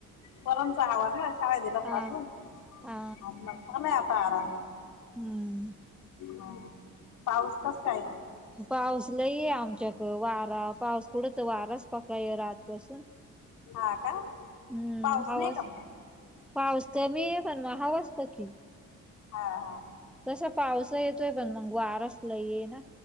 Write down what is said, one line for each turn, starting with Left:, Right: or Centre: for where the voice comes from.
Left: पोराचा आवाज नाही शाळे दिला
Centre: हा
Left: पाठून चालू
Centre: हा
Left: हाय आता आराम
Centre: हम्म
Left: हा पाऊस कस हाय
Centre: पाऊस लय आमच्या वारा पाऊस कुठंत वाराच पकड रातपासून
Left: हा का
Centre: हम्म
Left: पाऊस
Centre: हवाच
Left: नाही का मग?
Centre: पाऊस कमी आहे पण हवा खुप की
Left: हा हा
Centre: तसा पावसा येतोय पण मग वाराच लय ना